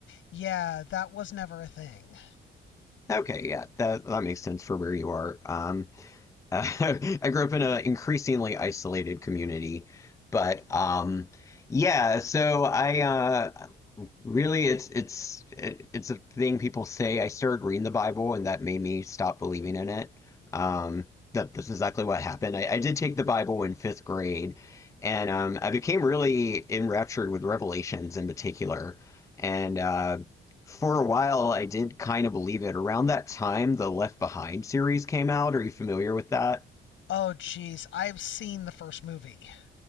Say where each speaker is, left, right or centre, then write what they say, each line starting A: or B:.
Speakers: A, on the left (about 75°); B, on the left (about 15°).
A: yeah that was never a thing
B: <laughs> okay, yeah, that that makes sense for where you are. Um, Uh, <laughs> I grew up in an increasingly isolated community, but um, yeah. So I uh, really, it's it's it, it's a thing people say. I started reading the Bible, and that made me stop believing in it. Um, that that's exactly what happened. I, I did take the Bible in fifth grade, and um, I became really enraptured with Revelations in particular. And uh, for a while, I did kind of believe it. Around that time, the Left Behind series came out. Are you familiar with that?
A: oh geez I've seen the first movie